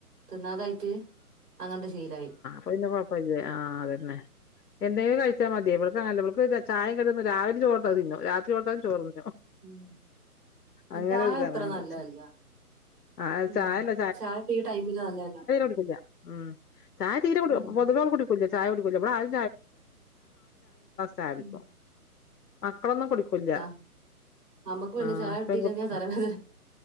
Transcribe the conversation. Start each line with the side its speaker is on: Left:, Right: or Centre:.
Right: തിന്നാ <unintelligible> യ്ട്ട്അങ്ങണ്ട് ശീലാ-
Left: പിന്ന കൊഴപ്പില്ലേ ആ അതന്നെ എന്തെയു കഴിച്ചാ മതി <unintelligible> ചായ കടിന്ന്‌ രാവില ചോറ് ന്നും രാത്രി <unintelligible>
Right: <unintelligible>
Left: അങ്ങനെ
Right: ചായ
Left: ഒരു <unintelligible>
Right: അത്ര നല്ലതല്ല
Left: ആ
Right: ഉം
Left: ചായല്ല
Right: ചായ ഇപ്പ ഈ ടൈമില് നല്ലതല്ല
Left: <unintelligible> ഉം ചായ തീരെ കുടിപൊതുവെ
Right: ഉം
Left: <inaudible> ഒര് ക്ലാസ് ചായ <unintelligible>
Right: ഉം
Left: അം <unintelligible> കുടിക്കൂല്ല
Right: ആഹ് നമ്മക്ക് പിന്നെ
Left: ആ
Right: ചായ കിട്ടിയില്ലെങ്കി
Left: <unintelligible>
Right: തലവേദന